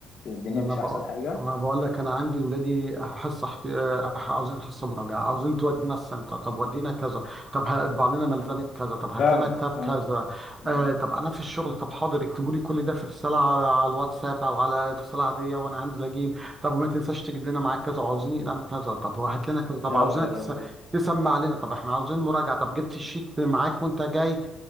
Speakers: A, on the left; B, on the right.
A: الدنيا
B: ده
A: مش
B: انا بقى
A: احسن حاجة
B: انا بقول لك انا عندي ولادي حصه احت... آه، عاوزين حصه مراجعه عاوزين تودينا السنتر طب ودينا كذا طب هطبع لنا ملزمه كذا طب هات
A: فعلا
B: لنا كتاب كذا
A: فعلا مم.
B: آه طب انا في الشغل طب حاضر اكتبوا لي كل ده في رساله على, على الواتساب او على رساله عاديه وانا هنزل اجيب طب وما تنساش تجيب لنا معاك كذا وعاوزين اقلام كذا طب وهات لنا كذا طب
A: يا
B: عاوزينك
A: نهار
B: تس...
A: ابيض
B: تسمع لنا طب احنا عاوزين مراجعه طب جبت الشيت معاك وانت جاي